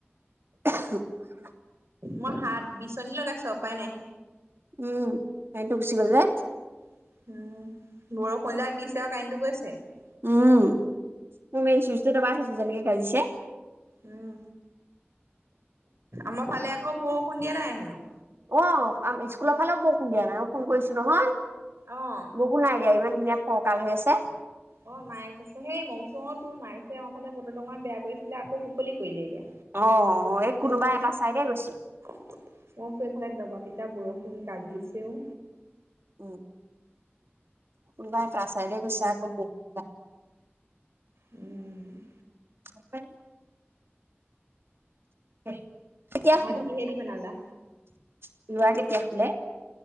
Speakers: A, on the right; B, on the right.
A: <unintelligible>
B: মই হাত বিচনী লগাইছো আৰু উপায় নাই।
A: উম, ভাইটো গুচি গল যে।
B: উম বৰষুণ যাক দিছে আৰু কাৰেণ্টটো গৈছে।
A: উম মোৰ মেইন চুইছ টো দবাই চাইছোঁ যেনেকে বাজিছে।
B: উম, আমাৰ ফালে আকৌ বৰষুণ দিয়া নাই হেনো।
A: অ স্কুলৰ ফালেও বৰষুণ দিয়া নাই। মই ফোন কৰিছো নহয়।
B: অ'।
A: বহু নাই দিয়া ইভন এতিয়া ফৰকাল হৈ আছে।
B: অ ', মায়ে কৈছে সেই, মই কৈছোঁ অ তোৰ <unintelligible> ফালে বতৰটো ইমান বেয়া কৰিছিলে, আকৌ মুকলি কৰিলে এতিয়া।
A: অ', এই কোনোবা
B: মই কৈছো
A: এটা চাইডে গৈছে।
B: মই কৈছোঁ, এইফালে দবা- পিটা বৰষুণ গাজিছেও।
A: উম', কোনবা এটা চাইড হৈ গৈছে আকৌ <unintelligible>
B: উম
A: <unintelligible> <unintelligible> কেতিয়া
B: ভাত
A: খুলিব?
B: কিহেদি
A: লৰা,
B: বনালা
A: - কেতিয়া শুলে?